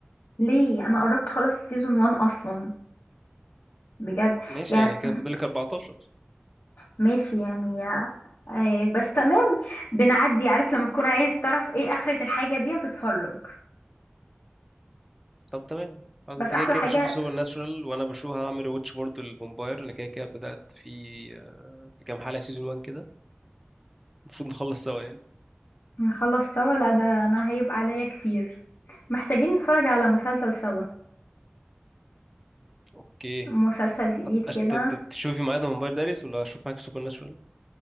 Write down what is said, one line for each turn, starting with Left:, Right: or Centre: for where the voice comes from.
Left: ليه انا قربت خلاص سيزون 1 اصلا بجد
Centre: ماشي
Left: يعني
Centre: يعني كده فاضلك 14
Left: ماشي يعني آه، بس تمام بنعدي عارف لما تكون عايز تعرف ايه آخرة الحاجة دي هتتفرج
Centre: طب تمام خلاص
Left: بس
Centre: انت
Left: أحلى
Centre: كده كده
Left: حاجة
Centre: بتشوفي سوبر ناتشورال وانا بشوف هعمل واتش برضه للفامباير انا كده كده بدأت في آه، في كام حلقة سيزون 1 كده المفروض نخلص سوا يعني
Left: نخلص سوا لا ده أنا هيبقى عليا كتير محتاجين نتفرج على مسلسل سوا
Centre: اوكي
Left: مسلسل جديد
Centre: هت-
Left: كده
Centre: أش- ت- ت- تشوفي معايا ده موبايل داريس ولا اشوف معاك سوبر ناتشورال